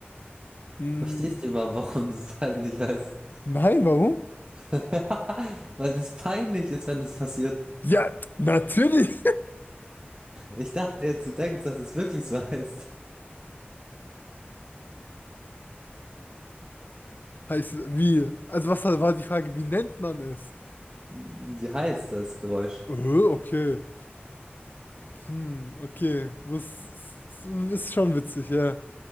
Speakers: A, on the left; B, on the right.
A: Mm,
B: Verstehst du überhaupt, warum das peinlich heißt?
A: nein, warum?
B: <laughs> Weil es peinlich ist, wenn es passiert.
A: Ja, natürlich.
B: Ich dachte jetzt, du denkst, dass es wirklich so <laughs> heißt.
A: Heißt, wie? Also was war die Frage, wie nennt man es?
B: Wie heißt das Geräusch?
A: Äh, okay. Hm, okay. was ist schon witzig, ja.